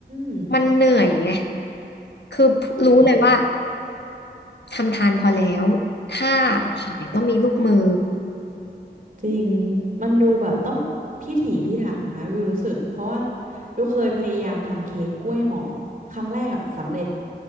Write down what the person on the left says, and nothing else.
มันเหนื่อยไง คือรู้เลยว่า
ทำทานพอแล้วถ้าจะขายต้องมีลูกมือ